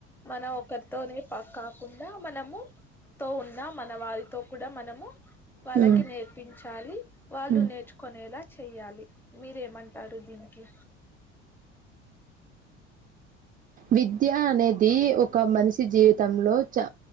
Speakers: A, in the centre; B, on the right.
A: మన ఒకరితోనే ప కాకుండా మనము తో ఉన్న మన వారితో కూడా మనము వాళ్ళకి
B: హ్మ్
A: నేర్పించాలి వాళ్ళు
B: హ్మ్
A: నేర్చుకునేలా చెయ్యాలి మీరేమంటారు దీనికి
B: విద్య అనేది ఒక మనిషి జీవితంలో చ